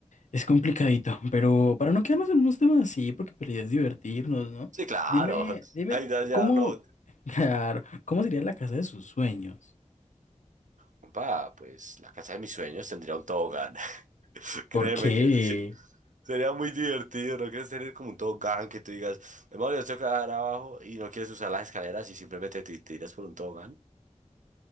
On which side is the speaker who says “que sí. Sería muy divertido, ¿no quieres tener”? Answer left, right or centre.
Right